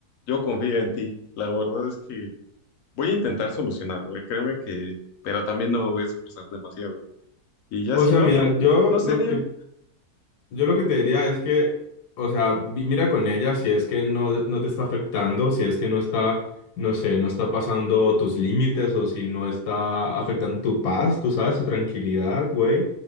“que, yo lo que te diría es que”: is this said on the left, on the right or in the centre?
Left